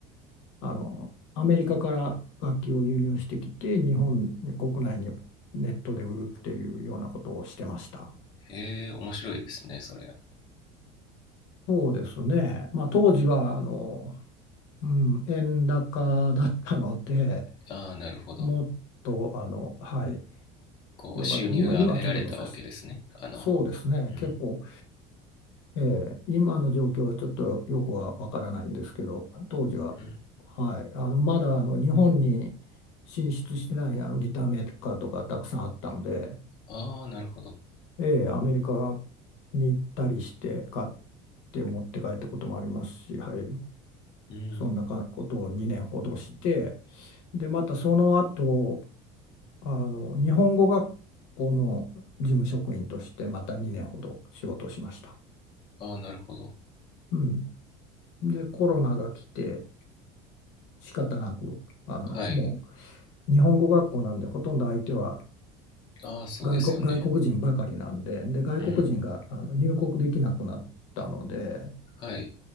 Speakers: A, on the left; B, on the left.
A: あのアメリカから楽器を輸入してきて日本国内にネットで売るっていうようなことをしてました。
B: へえ、面白いですね、それ。
A: そうですね、まあ、当時はあの、うん、円高だったので
B: ああ、なるほど。
A: もっとあの、はい、
B: こう、
A: よかった今、
B: 収入が得られたわけですね。
A: 今はちょっと難しい。
B: あの、
A: そうですね、
B: うん、
A: 結構、ええ今の状況はちょっとよくはわからないんですけど当時は、
B: うん、
A: はい、あのまだあの日本に進出してないあのギターメーカーとかたくさんあったので。
B: ああ、なるほど。
A: ええ、アメリカに行ったりして買って持って帰ったこともありますし、はい、
B: うん、
A: そんなかことを2年ほどして、で、またその後、あの、日本語学校の事務職員としてまた2年ほど仕事をしました。
B: ああ、なるほど。
A: うん。で、コロナが来て仕方なく、あの、
B: はい、
A: もう日本語学校なんでほとんど相手は
B: ああ、そうですよね。
A: 外国、外国人ばかりなんで、で、外国人があの入国できなくなったので、
B: うん、はい。